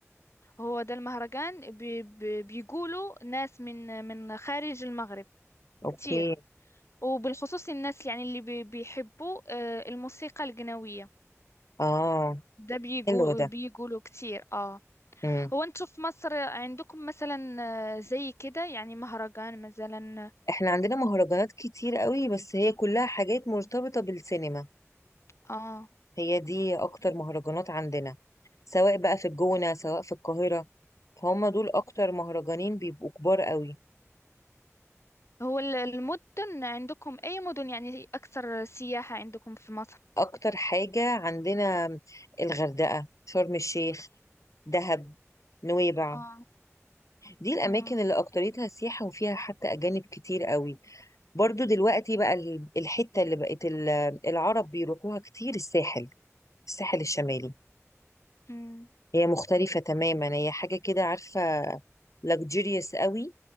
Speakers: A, on the left; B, on the left.
A: هو ده المهرجان بي بي بيقولوا ناس من من خارج المغرب
B: اوكي
A: كتير وبالخصوص الناس يعني اللي بي بيحبوا آه، الموسيقى القناوية
B: اه
A: ده بيقول
B: حلو ده
A: بيقولوا كتير اه
B: امم
A: هو انتوا في مصر عندكم مثلا آه، زي كده يعني مهرجان مثلا
B: احنا عندنا مهرجانات كتير قوي بس هي كلها حاجات مرتبطة بالسينما
A: اه
B: هي دي اكتر مهرجانات عندنا سواء بقى في الجونة سواء في القاهرة فهم دول اكتر مهرجانين بيبقوا كبار قوي
A: هو ال- المدن عندكم أي مدن يعني أكثر سياحة عندكم في مصر؟
B: اكتر حاجة عندنا الغردقة شرم الشيخ دهب نويبع
A: اه
B: دي الأماكن
A: اه
B: اللي أكتريتها سياحة وفيها حتى أجانب كتير قوي برضو دلوقتي بقى ال- الحتة اللي بقت ال- العرب بيروحوها كتير الساحل الساحل الشمالي
A: امم
B: هي مختلفة تماما هي حاجة كده عارفة luxurious قوي